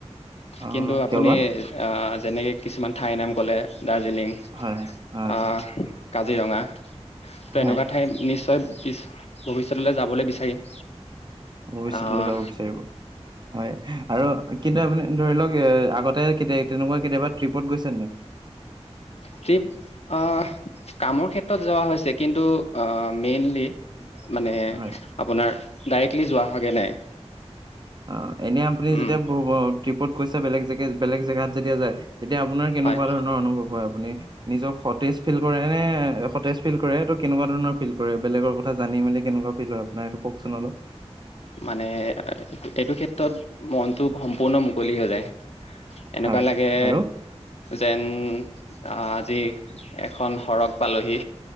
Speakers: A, on the right; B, on the left.
A: অ,
B: কিন্তু আপুনি
A: কিয় বা?
B: আ যেনেকে কিছুমান ঠাইৰ নাম ক'লে। দাৰ্জিলিং,
A: হয়, হয়,
B: আ কাজিৰঙা। ত'
A: হয়।
B: এনেকুৱা ঠাই নিশ্চয় পিছ-ভৱিষ্যতলৈ যাবলৈ বিচাৰিম।
A: ভৱিষ্যতলৈ
B: আহ
A: যাব বিচাৰিব হয় আৰু কিন্তু আপুনি ধৰি লওক এ আগতে কেতি তেনেকুৱা কেতিয়াবা ট্ৰিপত গৈছে নাই
B: ট্ৰিপ, আহ কামৰ ক্ষেত্ৰত যোৱা হৈছে কিন্তু আহ মেইনলি মানে
A: হয়।
B: আপোনাৰ ডাইক্ লি যোৱা হয়গে নাই
A: অ এনে আপুনি যেতিয়া
B: উম
A: ট্ৰিপত গৈছে বেলেগ জেগে বেলেগ জেগাত যেতিয়া যায় তেতিয়া আপোনাৰ কেনেকুৱা
B: হয়
A: ধৰণৰ অনুভৱ হয় আপুনি নিজক সতেজ ফিল কৰে নে সতেজ ফিল কৰে তটো কেনেকুৱা ধৰণৰ ফিল কৰে, বেলেগৰ কথা জানি মেলি কেনেকুৱা ফিল হয় আপোনাৰ? এইটো কওকচোন অলপ
B: মানে এইটো ক্ষেত্ৰত মনটো সম্পূৰ্ণ মুকলি হৈ যায়। এনেকুৱা
A: হয়
B: লাগে
A: আৰু?
B: যেন। আহ আজি এখন সৰগ পালোহি।